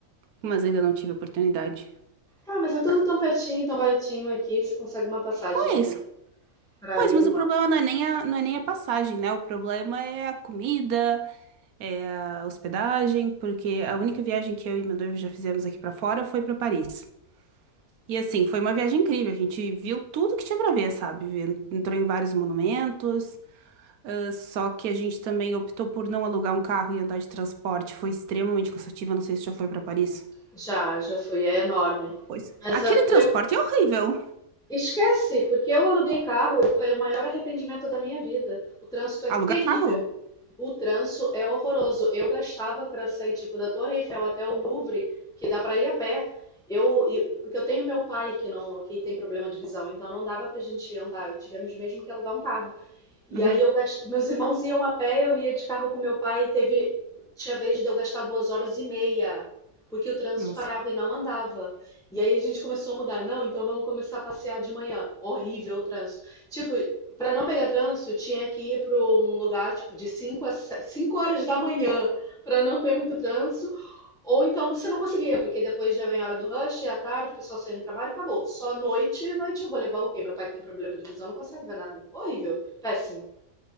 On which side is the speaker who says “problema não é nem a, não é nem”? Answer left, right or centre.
Right